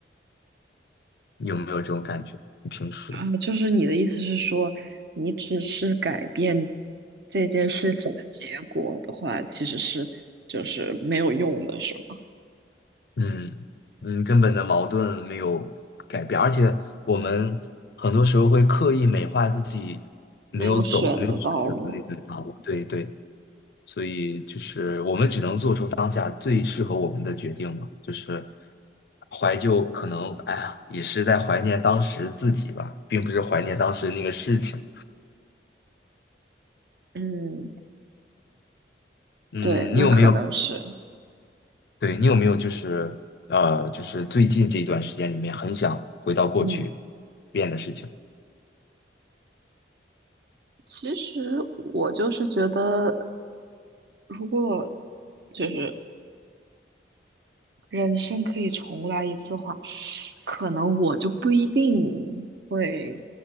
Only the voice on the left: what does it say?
你有没有这种感觉？你平时，
嗯嗯，根本的矛盾没有改变，而且我们很多时候会刻意美化自己没有走、
没有选择的那个道路。对对，所以就是我们只能做出当下最适合我们的决定嘛，就是怀旧，可能哎呀，也是在怀念当时自己吧，并不是怀念当时那个事情。
嗯，
你有没有？
对，你有没有就是呃，就是最近这一段时间里面很想回到过去
变的事情？